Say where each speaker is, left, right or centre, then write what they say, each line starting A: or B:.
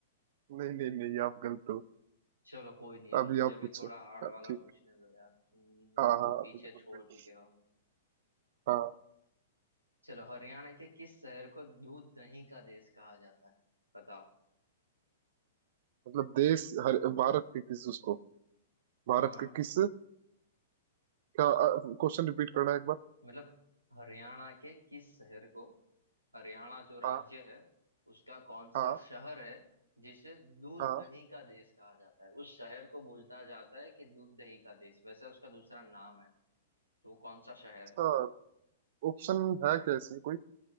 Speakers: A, on the right; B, on the right.
A: नहीं नहीं नहीं आप गलत हो
B: चलो कोई नहीं अब
A: अभी
B: मुझे
A: आप
B: भी
A: पूछो
B: थोड़ा हार्ड
A: हाँ,
B: वाला
A: ठीक
B: पूछने दो यार तुम मुझे
A: हाँ
B: बहुत
A: हाँ
B: पीछे
A: बिल्कुल
B: छोड़
A: बिल्कुल
B: चुके हो
A: हाँ
B: चलो हरियाणा के किस शहर को दूध दही का देश कहा जाता है बताओ
A: मतलब देश हर भारत के किस उसको भारत
B: हाँ
A: के किस क्या क्वेश्चन रिपीट करना है एक बार
B: मतलब हरियाणा के किस शहर को हरियाणा जो राज्य
A: हाँ
B: है उसका कौन
A: हाँ
B: सा शहर है जिसे दूध
A: हाँ
B: दही का देश कहा जाता है उस शहर को बोलता जाता है कि दूध दही का देश वैसे उसका दूसरा नाम है तो वो कौन सा शहर है
A: इसका ऑप्शन है क्या इसमें कोई